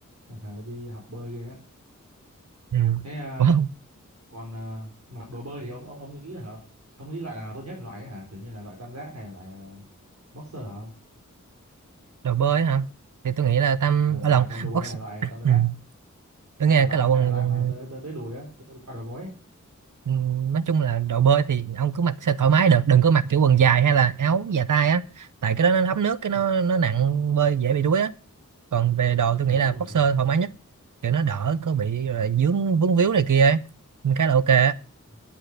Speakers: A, on the right (about 60°); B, on the right (about 75°).
A: hả đi học bơi ghê á
B: ừ
A: thế à,
B: Ủa,
A: còn à, mặc đồ bơi thì ông ông ông nghĩ hả ông nghĩ loại nào tốt nhất loại ấy hả kiểu như là loại tam giác hay là loại à, boxer hả ông
B: đồ bơi hả thì tôi nghĩ là Tâm
A: ừ,
B: ở lộn
A: loại quần đùi
B: box
A: hay là loại
B: <clears throat>
A: tam giác
B: ừ. tôi
A: hay
B: nghe
A: là loại
B: cái loại
A: hay
B: quần
A: là loại
B: quần
A: mà tới tới tới đùi á tới qua đầu gối ấy.
B: Ừ, nói chung là đồ bơi thì ông cứ mặc sẽ thoải mái được đừng có mặc kiểu quần dài hay là áo dài tay á tại cái đó nó thấm nước cái nó
A: Ừ.
B: nó nặng bơi dễ bị đuối á còn về đồ tôi
A: à
B: nghĩ là
A: đúng rồi
B: boxer
A: đúng rồi
B: thoải mái nhất kiểu nó đỡ có bị là dướng vướng víu này kia ấy nên khá là ok á
A: Ừ.